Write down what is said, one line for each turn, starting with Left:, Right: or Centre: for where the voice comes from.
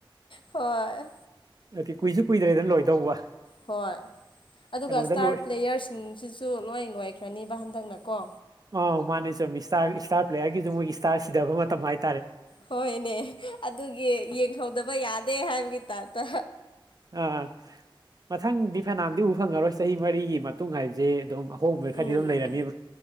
Left: ꯍꯣꯏ꯫
Right: ꯑꯗꯨ ꯀꯨꯏꯁꯨ ꯀꯨꯏꯗ꯭ꯔꯦꯅ ꯂꯣꯏꯗꯧꯕ꯫
Left: ꯍꯣꯏ ꯑꯗꯨꯒ
Right: ꯀꯩꯅꯣꯗ
Left: ꯏꯁꯇꯥꯔ
Right: ꯂꯣꯏ
Left: ꯄ꯭ꯂꯦꯌꯔꯁꯤꯡꯁꯤꯁꯨ ꯂꯣꯏꯅ ꯂꯣꯏꯈ꯭ꯔ ꯔꯅꯤꯕ ꯍꯟꯗꯛꯅꯀꯣ
Right: ꯑꯣ ꯃꯥꯅꯦ ꯁꯨꯝ ꯏꯁꯇꯥꯔ ꯏꯁꯇꯥꯔ ꯄ꯭ꯂꯦꯌꯥꯔꯒꯤꯁꯨ ꯃꯣꯏꯒꯤ ꯏꯁꯇꯥꯔ ꯁꯤꯗꯕ ꯃꯇꯝ ꯍꯥꯏꯦ
Left: ꯍꯣꯏꯅꯦ ꯑꯗꯨꯒꯤ ꯌꯦꯡꯍꯧꯗꯕ ꯌꯥꯗꯦ ꯍꯥꯏꯕꯒꯤ ꯇꯇ
Right: ꯑꯥ ꯃꯊꯪꯗꯤ ꯐꯅꯥꯝꯗꯤ ꯎ ꯐꯪꯉꯔꯣꯏ ꯆꯍꯤ ꯃꯔꯤꯒꯤ ꯃꯇꯨꯡ ꯍꯥꯏꯕꯁꯦ ꯑꯗꯨꯝ ꯍꯣ ꯈꯥꯗꯤ
Left: ꯎꯝ
Right: ꯑꯗꯨꯝ ꯂꯩꯔꯅꯤꯕ